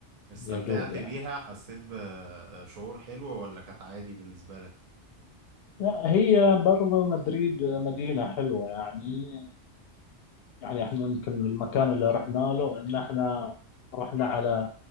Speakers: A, on the right (about 40°); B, on the left (about 65°).
A: استمتعت
B: يا دوب يعني
A: بيها حسيت بشعور حلو ولا كانت عادي بالنسبة لك
B: لا هي برضو مدريد مدينة حلوة يعني يعني احنا يمكن المكان اللي رحنا له ان احنا رحنا على